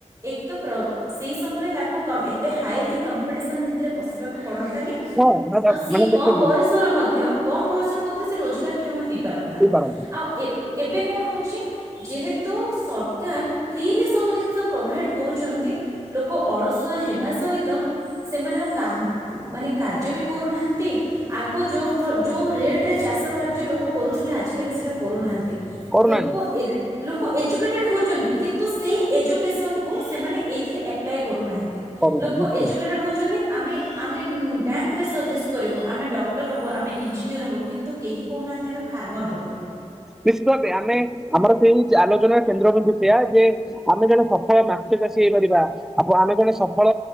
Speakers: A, on the right (about 30°); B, in the centre.
A: ଏକ୍ ତ ପ୍ର ସେଇ ସମୟରେ ତାକୁ ଏତେ ହାଇଲି କମ୍ପିଟିସନ ଭିତରେ ପଶିବାକୁ ପଡ଼ ଆନି
B: ହଁ ମାନେ
A: ଆଉ ସିଏ କମ୍
B: ଦେଖନ୍ତୁ
A: ବୟସରୁ ମଧ୍ୟ କମ୍ ବୟସରୁ ମଧ୍ୟ ସେ ରୋଜଗାରକ୍ଷମ ହେଇପାରନ୍ତା।
B: ହେଇପାରନ୍ତା
A: ଆଉ ଏ ଏବେ କଣ ହୋଉଚି ଯେହେତୁ ସରକାର ଫ୍ରୀଲି ସବୁ ଦିନିଷ। ପ୍ରୋଭାଇଡ଼୍ କରୁଚନ୍ତି। ଲୋକ ଅଳସୁଆ ହେବା ସହିତ ସେମାନେ ଆଉ କାମ ମାନେ କାର୍ଯ୍ୟ ବି କରୁନାହାନ୍ତି ଆଗ ଯୋଉ ଭ ଯୋଉ ରେଟ୍ ରେ ଚାଷ କାର୍ଯ୍ୟ ଲୋକ କରୁଥୁଲେ ଆଜିକାଲି ସେଇଟା କରୁନାହାନ୍ତି।
B: କରୁନାହାନ୍ତି
A: ଲୋକ ଏ ଲୋକ ଏଜୁକେଟେଡ଼୍ ହୋଉଚନ୍ତି। କିନ୍ତୁ ସେହି ଏଜୁକେସନ୍ କୁ ସେମାନେ ଏଇଥିରେ ଆପ୍ଲାଏ କରୁନାହାଁନ୍ତି।
B: କରୁନାହାନ୍ତି
A: ଲୋକ
B: ନିଶ୍ଚୟ
A: ଏଜୁକେଟେଡ଼୍ ହେଉଚନ୍ତି ଆମେ ଆମେ ବ୍ୟାଙ୍କରେ ସର୍ଭିସ୍ କରିବୁ ଆମେ ଡକ୍ଟର ହୋବୁ ଆମେ ଇଞ୍ଜିନିୟର ହୋବୁ କିନ୍ତୁ କେହି କହୁନାହାନ୍ତି ଆମେ ଫାର୍ମର ହବୁ।
B: ନିିଶତ ଭାବେ ଆମେ ଆମର ସେଇ ଆଲୋଚନାର କେନ୍ଦ୍ର କିନ୍ଦୁ ସେଇଆ ଯେ ଆମେ ଜଣେ ସଫଳ ମାଛ ଚାଷୀ ହେଇପାରିବା ଆପ ଆମେ ଜଣେ ସଫଳ